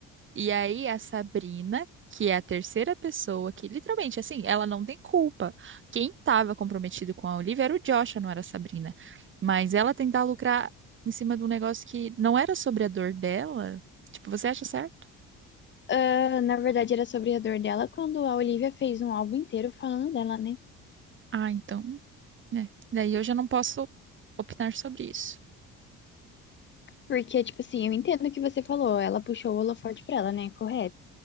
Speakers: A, on the right (about 35°); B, on the left (about 35°).
A: E aí a Sabrina, que é a terceira pessoa que literalmente assim, ela não tem culpa. Quem estava comprometido com a Olivia era o Joshua, não era a Sabrina. Mas ela tentar lucrar em cima de um negócio que não era sobre a dor dela, tipo, você acha certo?
B: Ah, na verdade, era sobre a dor dela quando a Olivia fez um álbum inteiro falando dela, né?
A: Ah, então, né. Daí eu já não posso opinar sobre isso.
B: Porque, tipo assim, eu entendo o que você falou. Ela puxou o holofote pra ela, né? Correto.